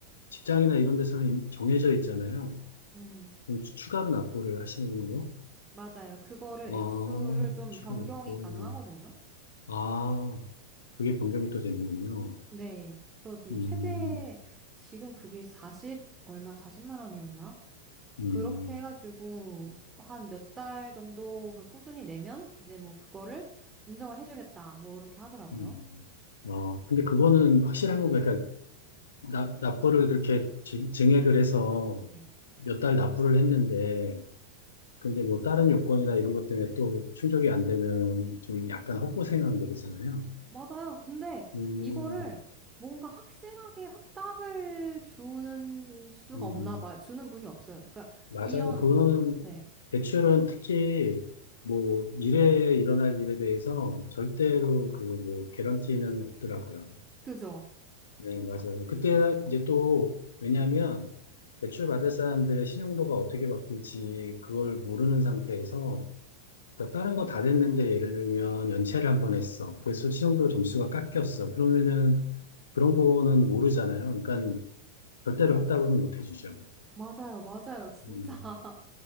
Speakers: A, on the left; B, on the right.
A: 직장이나 이런 데서는 정해져 있잖아요.
B: 음,
A: 그럼 추- 추가로 납부를 하시는 거?
B: 맞아요. 그거를
A: 아,
B: 액수를 좀
A: 추가
B: 변경이
A: 납부.
B: 가능하거든요.
A: 아, 그게 변경이 또 되는군요.
B: 네. 그래서 지금
A: 음,
B: 최대, 지금 그게 40, 얼마, 40만 원이었나?
A: 음,
B: 그렇게 해가지고 한 몇 달 정도 그걸 꾸준히 내면 이제 뭐 그거를 인정을 해주겠다. 뭐 이렇게 하더라고요.
A: 음. 아, 근데 그거는 확실한 거, 그러니까 나, 납부를 그렇게 증액을 해서
B: 네.
A: 몇 달 납부를 했는데, 근데 뭐 다른 요건이나 이런 것 때문에 또 충족이 안 되면 좀 약간 헛고생하는 게 되잖아요.
B: 맞아요. 근데
A: 음,
B: 이거를 뭔가 확실하게 확답을 주는 수가
A: 음,
B: 없나 봐요. 주는 분이 없어요. 그러니까
A: 맞아요.
B: 이런,
A: 그건
B: 네.
A: 대출은 특히 뭐 미래에 일어날 일에 대해서 절대로 그 뭐 개런티는 없더라고요.
B: 그죠?
A: 네, 맞아요. 그때 이제 또 왜냐하면 대출 받을 사람들의 신용도가 어떻게 바뀔지 그걸 모르는 상태에서 그러니까 다른 거 다 됐는데 예를 들면 연체를 한 번 했어. 그래서 시험도 점수가 깎였어. 그러면은 그런 거는 모르잖아요. 그러니까 절대로 확답은 못 해주죠.
B: 맞아요. 맞아요. 진짜.
A: 음.
B: <laughs>